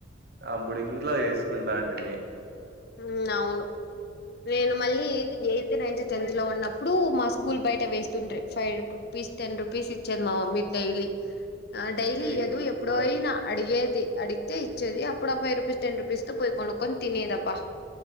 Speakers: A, on the right (about 50°); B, on the left (about 50°).
A: అప్పుడు ఇంట్లో చేసుకుంటటిమి
B: ఉ అవును నేను మళ్ళీ ఎయి తే నైన్త్ టెన్త్ లో ఉన్నప్పుడు మా స్కూల్ బయట వేస్తుండ్ర్రి ఫైవ్ రూపీస్ టెన్ రుపీస్ ఇచ్చేది మా మమ్మీ డైలీ డైలీ
A: ఏయ్
B: ఇయదు
A: ఇంగ
B: ఎప్పుడో
A: ఫుల్
B: అయినా అడిగేది అడిగితే ఇచ్చేది అప్పుడు ఆ ఫైవ్ రూపీస్ టెన్ రూపీస్ తో పోయి కొనుక్కొని తినేది అబ్బా